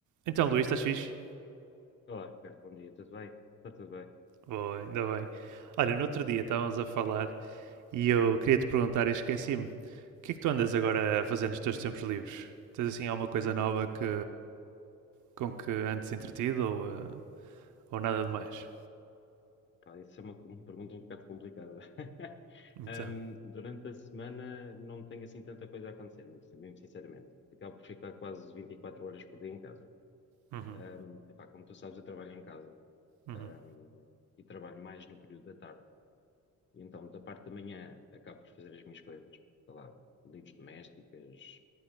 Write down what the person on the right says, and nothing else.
Então, Luís, estás fixe?
Boa, ainda bem. Olha, no outro dia estávamos a falar e eu queria te perguntar e esqueci-me. O que é que tu andas agora a fazer nos teus tempos livres? Tens assim alguma coisa nova que com que antes entretido ou, eh, ou nada de mais?
Então,
uhum,
uhum,